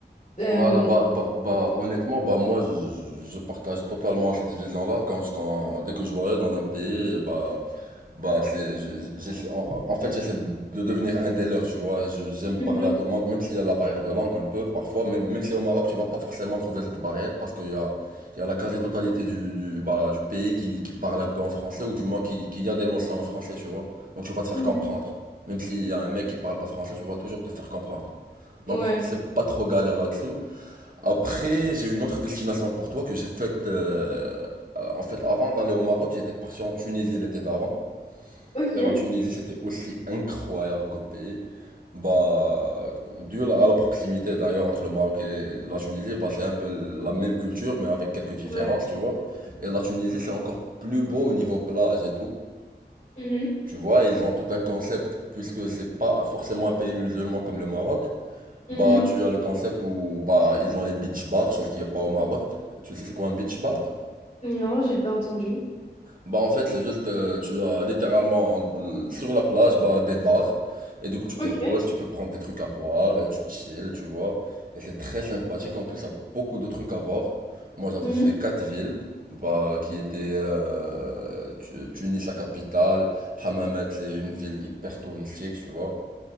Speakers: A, on the left; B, on the right.
A: euh,
B: Voilà, bah, bah, bah, honnêtement, bah, moi, je, je- je partage totalement cette vision-là. Quand, je- quand, dès que je voyage dans un pays, bah, bah, c'est, je- j'essaie, en, en fait, j'essaie de de devenir un des leurs, tu vois. Je- J'aime
A: <laughs>
B: parler à tout le monde, même s'il y a la barrière de langue un peu, parfois. Même, même si au Maroc, tu vas pas forcément trouver cette barrière parce qu'il y a, il y a la quasi-totalité du, du, bah, du pays qui, qui parle un peu en français ou du moins qui, qui a des notions en français, tu vois. Donc, tu vas te faire
A: Mhm.
B: comprendre. Même s'il y a un mec qui parle pas français, tu vas toujours te faire comprendre. Donc,
A: Ouais.
B: c'est pas trop galère là-dessus. Après, j'ai une autre destination pour toi que j'ai faite. euh, en fait, avant d'aller au Maroc, j'étais parti en Tunisie l'été d'avant.
A: Ok.
B: Et la Tunisie, c'était aussi incroyable comme pays. Bah, dû à la proximité d'ailleurs entre le Maroc et la Tunisie, bah, c'est un peu la même culture, mais avec quelques différences,
A: Ouais.
B: tu vois. Et la Tunisie, c'est encore plus beau au niveau plage et tout.
A: Mhm.
B: Tu vois, ils ont tout un concept, puisque c'est pas forcément un pays musulman comme le Maroc.
A: Mhm.
B: Bah, tu as le concept où bah, ils ont les beach bars, chose qu'il n'y a pas au Maroc. Tu sais, c'est quoi un beach bar?
A: Non, j'ai pas entendu.
B: Bah, en fait, c'est juste, euh, tu as littéralement euh, sur la plage bah, des bars. Et du coup, tu
A: Ok.
B: te poses, tu peux prendre des trucs à boire, et tu chill, tu vois. Et c'est très sympathique. En plus, il y a beaucoup de trucs à voir. Moi, j'avais
A: Mhm.
B: fait quatre villes, bah, qui étaient euh, Tu- Tunis, la capitale. Hammamet, c'est une ville hyper touristique, tu vois.